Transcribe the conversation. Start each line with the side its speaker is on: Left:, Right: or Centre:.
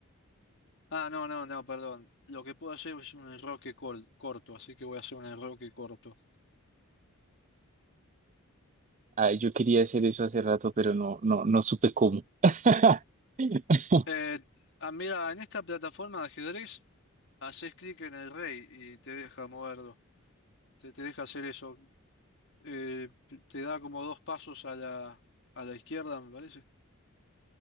Left: Ah, no, no, no, perdón. Lo que puedo hacer es un enroque cor- corto, así que voy a hacer un enroque corto.
Right: Ah, yo quería hacer eso hace rato, pero no, no, no supe cómo. <laughs>
Left: Eh, ah, mira, en esta plataforma de ajedrez haces clic en el rey y te deja moverlo, te, te deja hacer eso. Eh, te da como dos pasos a la, a la izquierda, me parece.